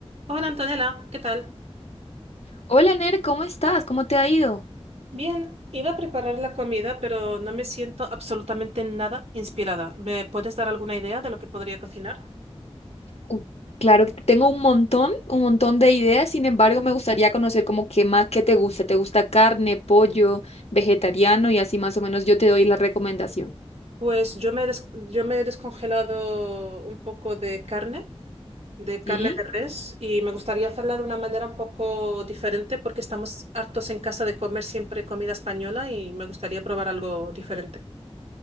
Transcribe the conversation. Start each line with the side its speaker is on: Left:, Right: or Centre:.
Right: Hola Antonella, ¿qué tal?
Left: Hola Ner, ¿cómo estás? ¿Cómo te ha ido?
Right: Bien, iba a preparar la comida, pero no me siento absolutamente nada inspirada. ¿Me puedes dar alguna idea de lo que podría cocinar?
Left: Uh, claro que tengo un montón, un montón de ideas, sin embargo, me gustaría conocer como qué más, qué te gusta. ¿Te gusta carne, pollo, vegetariano? Y así más o menos yo te doy la recomendación.
Right: Pues yo me he, des- yo me he descongelado un poco de carne, de carne
Left: ¿Sí?
Right: de res, y me gustaría hacerla de una manera un poco diferente porque estamos hartos en casa de comer siempre comida española y me gustaría probar algo diferente.